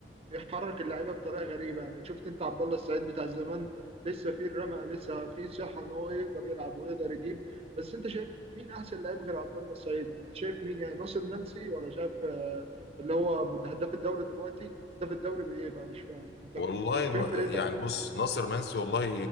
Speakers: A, on the right; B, on the left.
A: بيحرك اللعيبه بطريقه غريبه يعني شفت انت عبد الله السعيد بتاع زمان لسه فيه الرمق لسه فيه صحه ان هو يقدر يلعب ويقدر يجيب بس انت شايف مين احسن لعيب غير عبد الله السعيد انت شايف مين يعني ناصر منسي ولا شايف آه، اللي هو هداف الدوري دلوقتي هداف الدوري بايه بقى مش فاهم انت
B: والله الو...
A: فين فرقتك
B: يعني بص ناصر منسي والله